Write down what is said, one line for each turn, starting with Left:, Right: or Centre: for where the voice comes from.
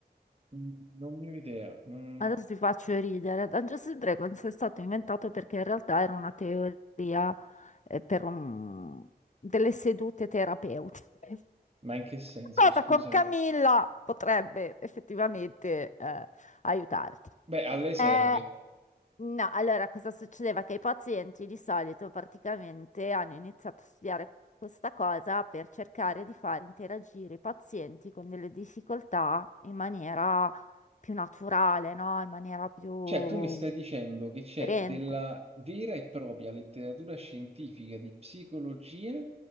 Right: Mm, Non ne ho idea. Mm,
Left: Adesso ti faccio ridere. Dungeons and Dragons è stato inventato perché in realtà era una teoria eh, per un- delle sedute terapeutiche.
Right: Ma in che senso,
Left: <laughs> Cosa
Right: scusami?
Left: con Camilla potrebbe effettivamente eh, aiutarti.
Right: Beh, a lei serve.
Left: Eh, No, allora cosa succedeva? Che i pazienti di solito praticamente hanno iniziato a studiare questa cosa per cercare di far interagire i pazienti con delle difficoltà in maniera più naturale, no? In maniera più
Right: Cioè, tu mi stai dicendo che c'è
Left: aderente.
Right: della vera e propria letteratura scientifica di psicologia